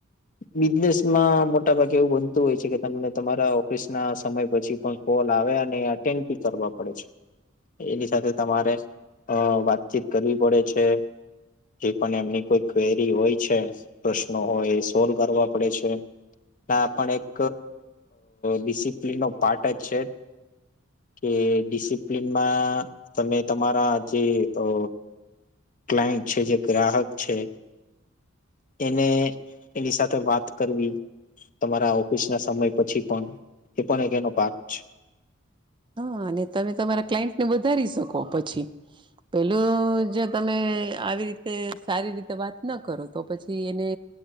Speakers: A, on the left; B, on the right.
A: બિઝનેસમાં મોટાભાગ એવું બનતું હોય છે, કે તમને તમારા ઓફિસના સમય પછી પણ કોલ આવે અટેન્ડભી કરવો પડે છે. એની સાથે તમારે અ વાતચીત કરવી પડે છે. જે પણ એમની કોઈ ક્વેરી હોય છે, પ્રશ્નો હોય એ સોલ્વ કરવા પડે છે. આ પણ એક ડિસિપ્લિનનો પાર્ટ જ છે. કે ડિસિપ્લનમાં તમે તમારા જે અ ક્લાઈન્ટ છે જે ગ્રાહક છે.
B: <inaudible>
A: એને એની સાથે વાત કરવી તમારા ઓફિસ ના સમય પછી પણ એ પણ એક એનો ભાગ છે.
B: હા અને તમે તમારા ક્લાયન્ટને વધારી શકો પછી પેલું જે તમે આવી રીતે સારી રીતે વાત ન કરો તો પછી એને